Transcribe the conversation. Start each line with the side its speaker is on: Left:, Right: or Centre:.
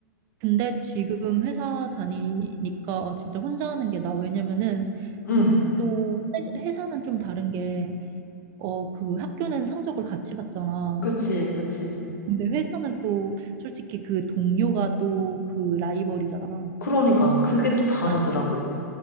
Right: 근데 지금 회사 다니니까 아, 진짜 혼자 하는 게 나 왜냐면은
Left: 음.
Right: 또 회- 회사는 좀 다른 게 어, 그 학교는 성적을 같이 봤잖아.
Left: 그치, 그치.
Right: 근데 회사는 또 솔직히 그 동료가 또 그 라이벌이잖아.
Left: 그러니까. 그게 또 다르더라고.
Right: 난,